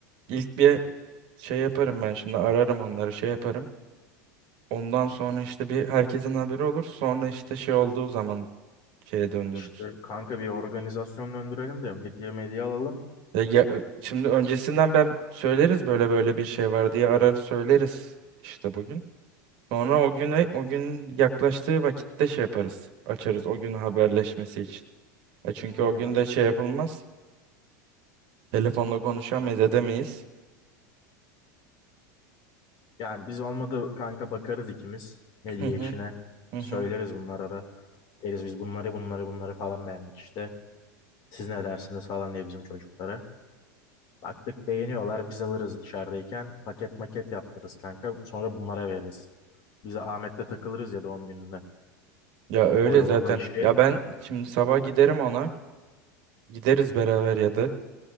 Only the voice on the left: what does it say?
İşte kanka bir organizasyon döndürelim de hediye medya alalım.
Aynen.
Yani biz olmadı kanka bakarız ikimiz hediye
işine.
Söyleriz
bunlara da. Deriz biz bunları bunları bunları falan beğendik işte. Siz ne dersiniz falan diye bizim çocuklara. Baktık beğeniyorlar biz alırız dışarıdayken paket maket yaptırırız kanka sonra bunlara veririz. Bize Ahmet'le takılırız ya doğum gününde.
Oyalama
işi.